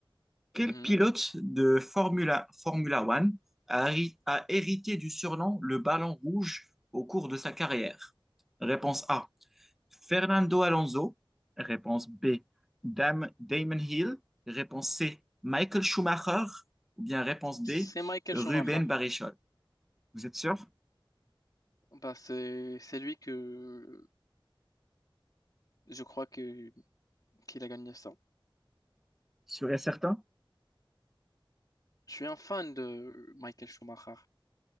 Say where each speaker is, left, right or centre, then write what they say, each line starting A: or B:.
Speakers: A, in the centre; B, on the left (about 45°).
A: Quel
B: Mhm.
A: pilote de Formula, Formula One a, héri- a hérité du surnom le ballon rouge au cours de sa carrière? Réponse A, Fernando Alonso. Réponse B, Dam- Damon Hill. Réponse C, Michael Schumacher. Ou bien réponse
B: C'est
A: D,
B: Michael
A: Ruben
B: Schumacher.
A: Barrichello. Vous êtes sûr?
B: Bah, c'est, c'est lui que je crois que, qu'il a gagné ça.
A: Sûr et certain?
B: Je suis un fan de Michael Schumacher.